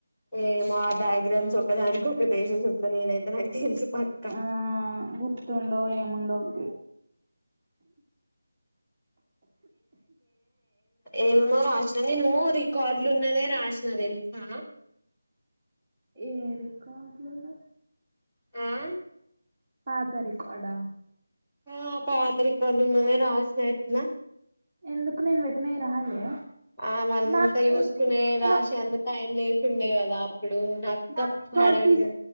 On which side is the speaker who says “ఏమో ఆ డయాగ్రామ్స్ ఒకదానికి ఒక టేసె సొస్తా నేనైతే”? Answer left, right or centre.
Centre